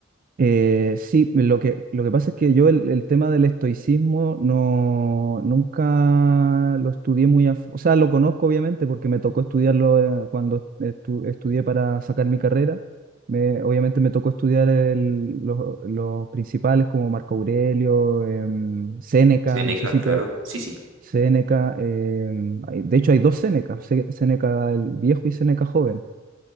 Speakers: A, on the right (about 45°); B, on the right (about 85°).
A: Eh, sí, lo que, lo que pasa es que yo el, el tema del estoicismo no, nunca lo estudié muy a, f- o sea, lo conozco obviamente porque me tocó estudiarlo eh, cuando estu- estudié para sacar mi carrera. Me, obviamente me tocó estudiar el- los, los principales como Marco Aurelio, em, Séneca,
B: Séneca,
A: no sé si
B: claro.
A: te...
B: Sí, sí.
A: Séneca, em, hay- de hecho hay dos Sénecas, Sé- Séneca el viejo y Séneca joven